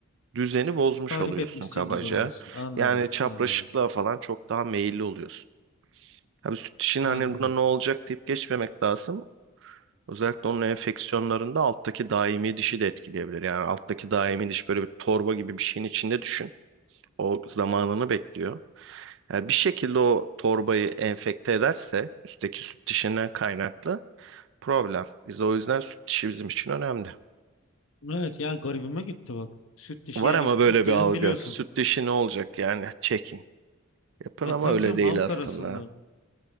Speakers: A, on the right; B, on the left.
A: düzeni bozmuş
B: tahrip
A: oluyorsun
B: etmişsin
A: kabaca.
B: gibi oluyorsun. Anladım
A: Yani çapraşıklığa
B: anladım
A: falan çok daha meyilli oluyorsun. Tabii süt dişinin
B: anladım.
A: hani buna ne olacak deyip geçmemek lazım. Özellikle onun enfeksiyonlarında alttaki daimi dişi de etkileyebilir. Yani alttaki daimi diş böyle bir torba gibi bir şeyin içinde düşün. O zamanını bekliyor. Yani bir şekilde o torbayı enfekte ederse üstteki süt dişinden kaynaklı problem. Biz o yüzden süt dişi bizim için önemli.
B: Evet ya garibime gitti bak. Süt dişi
A: Var
B: yani
A: ama böyle
B: e, bizim
A: bir algı.
B: biliyorsun.
A: Süt dişi ne olacak yani çekin. Yapın
B: Ay,
A: ama
B: tabii
A: öyle
B: canım
A: değil
B: halk
A: aslında.
B: arasında.